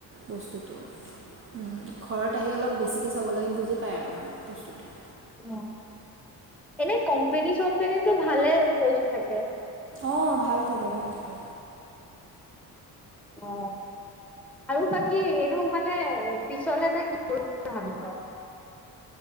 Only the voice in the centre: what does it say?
ক এনে কোম্পানী চম্পানী তো ভালে পোষ্ট থাকে
অ আৰু বাকী এইটো মানে পিছে পিছলে তই কি কৰিম বুলি ভাবিছ